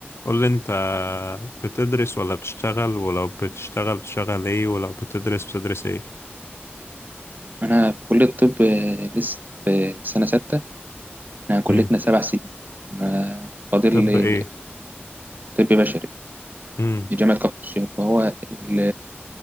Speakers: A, on the left (about 85°); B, on the right (about 45°).
A: قول لي انت بتدرس ولا بتشتغل ولو بتشتغل بتشتغل ايه ولو بتدرس بتدرس ايه
B: أنا في كلية الطب آه، لسه في سنة ستة إحنا كليتنا
A: امم
B: سبع سنين أنا فاضل
A: طب
B: لي
A: ايه
B: طب بشري
A: امم
B: في جامعة كفر الشيخ فهو ال-